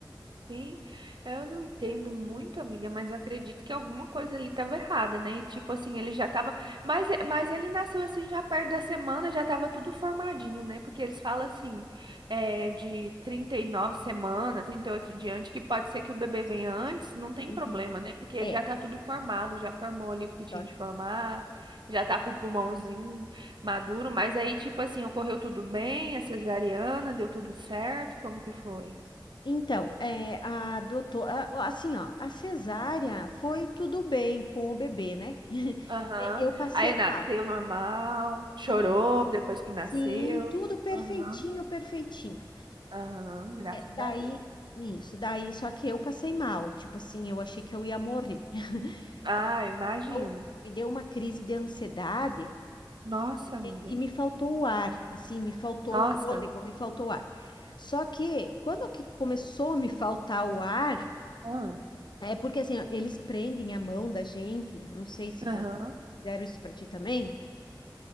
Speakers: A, on the right (about 70°); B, on the left (about 70°).
A: Sim, eu não entendo muito, amiga, mas eu acredito que alguma coisa ali estava errada, né? Tipo assim, ele já tava. Mas, mas ele nasceu assim já perto da semana, já tava tudo formadinho, né? Porque eles falam assim, é, de 39 semanas, trinta e oito em diante, que pode ser que o bebê venha antes, não tem
B: Uhum.
A: problema, né? Porque ele
B: É.
A: já tá tudo formado, já formou ali o que
B: Só
A: tinha de
B: que-
A: formar, já tá com o pulmãozinho maduro, mas aí, tipo assim, ocorreu tudo bem, a cesariana, deu tudo certo, como que foi?
B: Então, é, a doutora, a- assim, ó, a cesárea foi tudo bem com o bebê, né? <laughs>
A: Aham.
B: E- Eu passei
A: Aí nasceu
B: mal.
A: normal, chorou
B: Sim,
A: depois que nasceu.
B: sim, tudo perfeitinho,
A: Aham.
B: perfeitinho.
A: Aham, graças
B: É, daí,
A: a Deus.
B: isso, daí,
A: Uhum.
B: só que eu passei mal. Tipo assim, eu achei que eu ia morrer. <laughs>
A: Ah, eu imagino.
B: Eu me deu uma crise de ansiedade.
A: Nossa, amiga.
B: e me faltou o ar, assim, me faltou
A: Nossa.
B: o fôlego, me faltou o ar. Só que quando que começou a me faltar o ar,
A: Ah,
B: é porque assim, ó, eles prendem a mão da gente, não sei se vo-
A: Aham.
B: fizeram isso pra ti também.